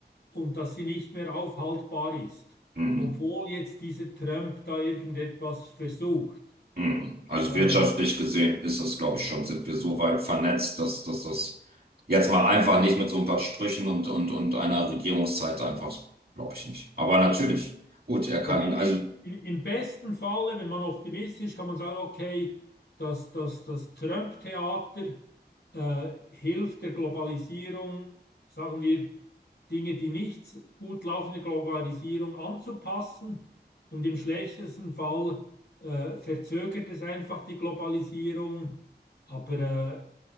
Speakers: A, on the left; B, on the right.
A: und dass sie nicht mehr aufhaltbar ist,
B: Hm.
A: obwohl jetzt dieser Trump da irgendetwas versucht.
B: Hm. Also
A: Äh,
B: wirtschaftlich gesehen ist das, glaube ich, schon, sind wir so weit vernetzt, dass, dass das jetzt mal einfach nicht mit so ein paar Sprüchen und, und, und einer Regierungszeit einfach, glaube ich nicht. Aber natürlich, gut, er kann,
A: Also im,
B: also
A: im, im im besten Falle, wenn man optimistisch, kann man sagen, okay, das, das, das Trump-Theater äh, hilft der Globalisierung, sagen wir, Dinge, die nicht gut laufen, der Globalisierung anzupassen. Und im schlechtesten Fall äh, verzögert es einfach die Globalisierung. Aber äh,